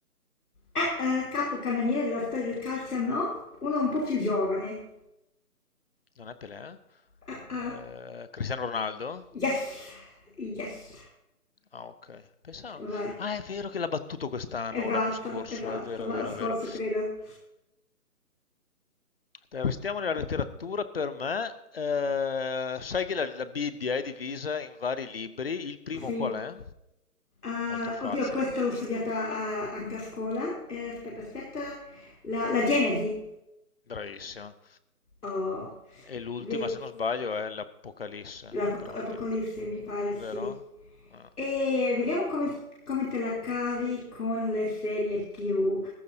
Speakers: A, on the left; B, on the left.
A: eh, capocannoniere della storia del calcio, no? Uno un po' più giovane.
B: Non è Pelé?
A: Ah, ah.
B: Eh, Eh, Cristiano Ronaldo?
A: Yes, yes,
B: Ah, ok. Pensavo...
A: vai.
B: Ah, è vero che l'ha battuto quest'anno
A: Esatto,
B: o l'anno scorso,
A: esatto,
B: è vero,
A: l'anno
B: è vero,
A: scorso
B: è vero.
A: credo.
B: Dai, restiamo nella letteratura per me. Eh, sai che la, la Bibbia è divisa in vari libri. Il primo
A: Sì.
B: qual è?
A: Ah,
B: Molto facile,
A: oddio, questa l'ho studiata
B: secondo me.
A: a- anche a scuola. Eh, aspetta, aspetta. La, la Genesi.
B: Bravissimo.
A: Oh,
B: E l'ultima,
A: ve-
B: se non sbaglio, è l'Apocalisse,
A: l'Apo-
B: però
A: l'Apocalisse
B: non mi ricordo,
A: mi pare
B: vero?
A: sì.
B: Ah,
A: E vediamo come, come te la cavi con le serie TV.